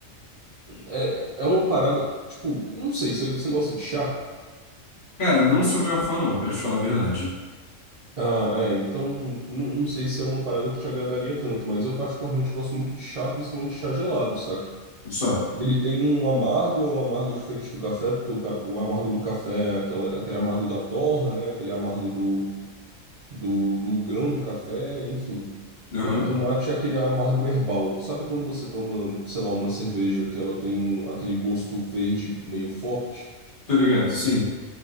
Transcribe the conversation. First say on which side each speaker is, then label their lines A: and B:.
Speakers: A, on the right; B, on the left.
A: É, é uma parada, tipo, não sei, você, você gosta de chá?
B: Cara, não sou maior fã, não, pra te falar a verdade.
A: Ah, é, então não, não sei se é uma parada que te agradaria tanto, mas eu particularmente gosto muito de chá, principalmente chá gelado, saca?
B: Só.
A: E ele tem um amargo, é um amargo diferente do café, porque o, ca- o amargo do café é aquela, aquele amargo da torra, né? Aquele amargo do, do, do grão do café, enfim.
B: Aham.
A: Com, com mate é aquele amargo herbal. Sabe quando você toma, sei lá, uma cerveja que ela tem um, aquele gosto verde meio forte?
B: Tô ligado, sim.